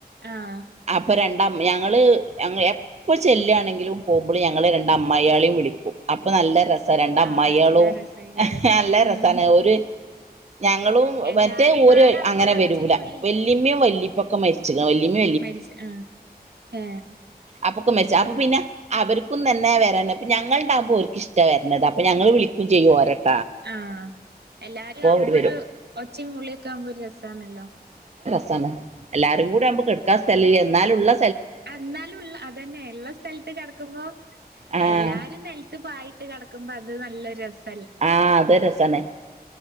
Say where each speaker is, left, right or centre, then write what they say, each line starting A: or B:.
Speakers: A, on the right (about 85°); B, on the right (about 45°).
A: ആഹ്
B: അപ്പൊ രണ്ട് ഞങൾ എപ്പൊ ചെല്യാണെങ്കിലും പോകുമ്പോൾ ഞങ്ങള് രണ്ട് അമ്മായിയാളെയും വിളിക്കും അപ്പൊ നല്ല ര രണ്ട് അമ്മായികളും
A: ആഹ് നല്ല രസേക്കാരം
B: നല്ല
A: ഉം
B: രസമാണ് ഒരു ഞങ്ങളും
A: എല്ലാരും
B: മറ്റേ ഒരു
A: പാടാവുമ്പോ
B: അങ്ങനെ
A: ഒരു
B: വരൂല
A: ഒച്ചിം വിളിം
B: വല്ലിയമ്മയും വല്യുപ്പയും ഉപ്പാക്കെ മരിച്ചത വല്ല്യുമ്മ
A: മരിച്ച ആ ഏ
B: അപ്പൊക്കെ മെച്ച അപ്പ പിന്നെ അവർക്കും തന്നെ വരൻ ഇപ്പ ഞങ്ങളണ്ടാകുമ്പോ അവർക്ക് ഇഷ്ടം വര അപ്പൊ ഞങ്ങൾ വിളിക്കും ചെയ്യോ ഒരൊക്കെ
A: ആ എല്ലാരും ആവുമ്പോ
B: അവര് വരും
A: ഒരു ഒച്ചി മളിയൊക്കെ ആവുമ്പോ ഒരു രസമാന്നല്ലോ
B: തന്നെ എല്ലാരും കൂടി നമ്മ എന്നുള്ള
A: എന്നാലുംള്ള അതന്നെ ഉള്ള സ്ഥലത്ത് കിടക്കുമ്പോ
B: ആഹ്
A: എല്ലാരും നിലത്ത് പായി നട്ട കിടക്കുമ്പോ അത് നല്ലൊരുസ
B: ആഹ അത രസനെ